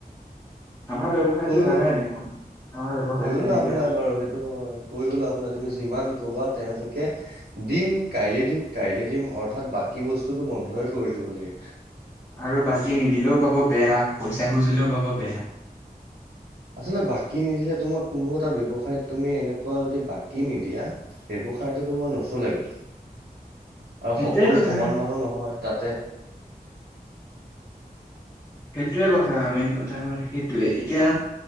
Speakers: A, on the left (about 20°); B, on the right (about 75°).
A: আমাৰ ব্যৱসায়তো
B: কৈও
A: জানাই দেখোন, আমাৰ ব্য্য়ৱসায়ত
B: কৈও লাভ
A: এনেকে
B: নাই
A: বস্তু
B: বাৰু সেইটো হয় কৈও লাভ নাই তুমি যিমান ক'বা তেওঁলোকে দিম কাইলে দিম কাইলে দিম অৰ্থাৎ বাকি বস্তুতটো ম বন্ধই কৰি দিব লাগে।
A: আৰু বাকী নিদিলেও পাব বেয়া পইচা খুজিলেও পাব বেয়া।
B: আচলতে বাকী নিদিলে তোমাৰ কোনো এটা ব্য়ৱসায়ত তুমি এনেকুৱা যদি বাকি নিদিয়া ব্যৱসায়টোো তোমাৰ নচলেগে। আৰু
A: সেইটোৱে
B: সকলো
A: কথা
B: সমান মানুহ নহয়, তাতে।
A: সেইটোৱে কথা মেইন কথা, হল সেইটোৱে। এতিয়া,